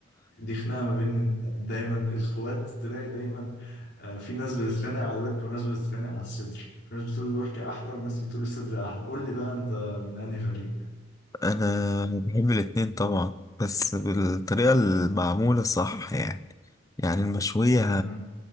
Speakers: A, on the left; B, on the left.
A: دي خناقة ما بين دايما الأخوات تلاقي دايما آه في ناس بتتخانق على الورك وناس بتتخانق على الصدر في ناس بتقول الورك أحلى وناس بتقول الصدر أحلى قول لي بقى أنت من أنهي فريق؟
B: انا بحب الاتنين طبعا بس بالطريقة المعمولة صح يعني يعني المشوية
A: مم.